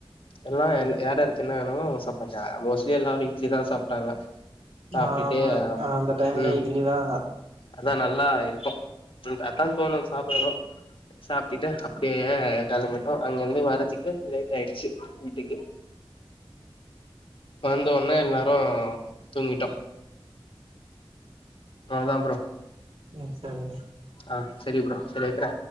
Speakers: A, on the left (about 65°); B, on the right (about 80°).
A: எல்லா என் யார்யாருக்கு என்ன வேணுமோ அவங்க சாப்டாச்சா ஆ மோஸ்ட்லி எல்லாரு இட்லி தா சாப்ட்டாங்க சாப்ட்டுட்டு
B: ஆ ஆமா அந்த டைம்ல
A: ம்
B: இங்கேதா
A: அதா நல்லா இருக்கு உம் தஅ தான் தோணு சாப்பிடனு சாப்டுட்டு அப்படியே கிளம்பிட்டோ அங்கிருந்து வரதுக்கு லேட் ஆயிடுச்சு வீட்டுக்கு வந்தோனே எல்லாரு தூங்கிட்டோ அதா ப்ரோ
B: சேர் சேரி
A: ஆ செரி ப்ரோ செரி வைக்குறே